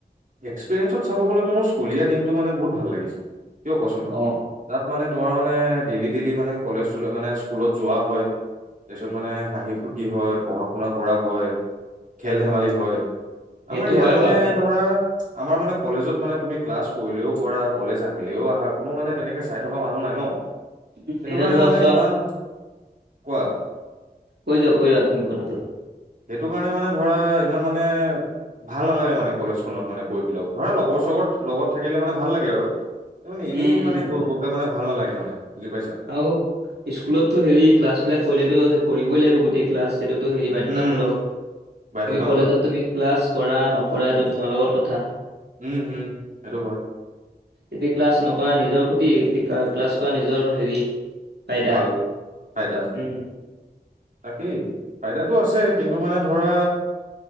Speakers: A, on the right; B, on the right.
A: এক্সপিৰিয়েঞ্চত চাব গ'লেতো মোৰ স্কুলীয়া দিনটো মানে বহুত ভাল লাগিছে। কিয় কোৱাচোন?
B: অ
A: তাত মানে তোমাৰ মানে ডেইলি ডেইলি মানে কলেজ মানে স্কুলত যোৱা হয়। তাৰ পিছত মানে হাঁহি ফূৰ্তি হয়, পঢ়া শুনা কৰা হয়, খেল ধেমালি হয়।
B: সেইটো
A: আমাৰ ইয়াত
B: হয়
A: মানে
B: বাৰু তে
A: ধৰা আমাৰ মানে কলেজত মানে তুমি ক্লাছ কৰিলেও কৰা, কলেজ আহিলেও আহা, কোনো মানে তেনেকে চাই থকা মানুহ নাই ন'।
B: উম,
A: সেইটো
B: এতিয়া
A: কাৰণে
B: ধৰা
A: মানে
B: চোৱা
A: ইমান, কোৱা?
B: কৈ যোৱা কৈ যোৱা তুমি কথাটো।
A: সেইটো কাৰণে মানে ধৰা, ইমান মানে ভাল নালাগে মানে কলেজখনত। মানে গৈ পেলাও, ধৰা লগৰ চগৰ লগত থাকিলে মানে ভাল লাগে আৰু। মানে
B: উম
A: এনেই
B: উম
A: মানে গৈ গৈ পেলাই মানে ভাল নালাগে মানে বুজি পাইছা।
B: আৰু স্কুলতো হেৰি, ক্লাছ বিলাক কৰিলেতো শেষ কৰিবই লাগিব গোটেই ক্লাছ সেইটোতো হেৰি বাধ্যতামূলক।
A: উম,
B: কিন্তু
A: বাধ্যতামূলক
B: কলেজত তুমি ক্লাছ কৰা নকৰা এইটো তোমাৰ লগত কথা।
A: উম, হুম। এইটো হয়।
B: যদি ক্লাছ নকৰা নিজৰ ক্ষতি। ক্লাছ কৰা নিজৰ হেৰি ফাইদা
A: ভাল, ফাইদা।
B: উম
A: তাকেই, ফাইদাতটো আছে। কিন্তু মানে ধৰা